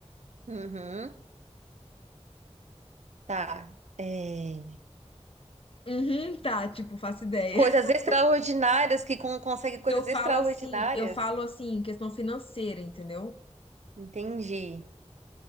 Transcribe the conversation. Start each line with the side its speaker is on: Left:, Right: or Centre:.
Right: Uhum. Tá. É,
Left: Uhum, tá, tipo, faço ideia.
Right: Coisas
Left: <laughs>
Right: extraordinárias que con- consegue coisas
Left: Eu falo
Right: extraordinárias.
Left: assim, eu falo assim, em questão financeira, entendeu?
Right: Entendi.